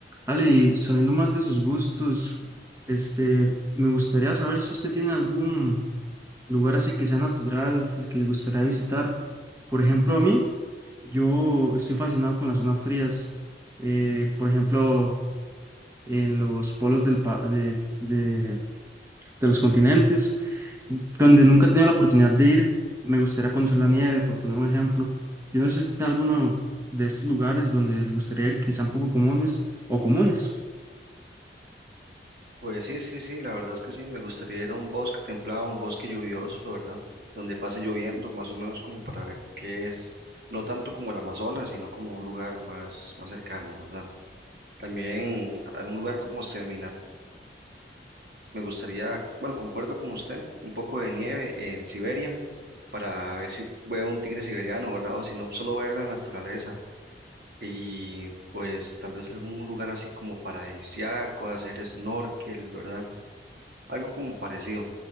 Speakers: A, on the right; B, on the right.
A: Ale, y sabiendo más de sus gustos, este, me gustaría saber si usted tiene algún lugar así que sea natural al que le gustaría visitar. Por ejemplo, a mí, yo estoy fascinado con las zonas frías. eh, por ejemplo, en los polos del pa- de, de- de los continentes, donde nunca he tenido la oportunidad de ir, me gustaría conocer la nieve, por poner un ejemplo. Yo no sé si tiene alguno de estos lugares donde le gustaría ir que sean poco comunes o comunes.
B: Pues sí, sí, sí, la verdad es que sí, me gustaría ir a un bosque templado, un bosque lluvioso, ¿verdad? Donde pase lloviendo, más o menos como para ver qué es, no tanto como el Amazonas, sino como un lugar más, más cercano, ¿verdad? También a un lugar como seminatural, me gustaría, bueno, concuerdo con usted, un poco de nieve en Siberia, para ver si veo un tigre siberiano, ¿verdad? O si no, solo ver la naturaleza. Y pues tal vez algún lugar así como paradisíaco, hacer snorkel, ¿verdad? algo como parecido,